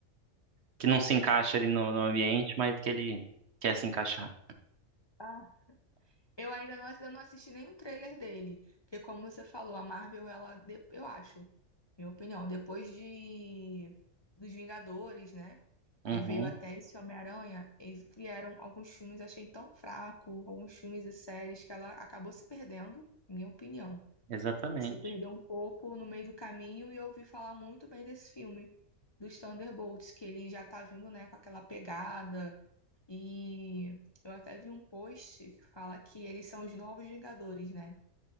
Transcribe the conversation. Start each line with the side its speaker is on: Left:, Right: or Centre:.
Right: que não se encaixa ali no, no ambiente, mas que ele quer se encaixar.
Left: ah, Eu ainda não, eu não assisti nenhum trailer dele, porque como você falou, a Marvel, ela, de- eu acho, minha opinião, depois de dos Vingadores, né? Aí
Right: Uhum,
Left: veio até esse Homem-Aranha, E vieram alguns filmes, achei tão fraco, alguns filmes e séries que ela acabou se perdendo, minha opinião.
Right: exatamente.
Left: Se perdeu um pouco no meio do caminho e eu ouvi falar muito bem desse filme, dos Thunderbolts, que ele já tá vindo, né, com aquela pegada. E eu até vi um post que fala que eles são os novos Vingadores, né?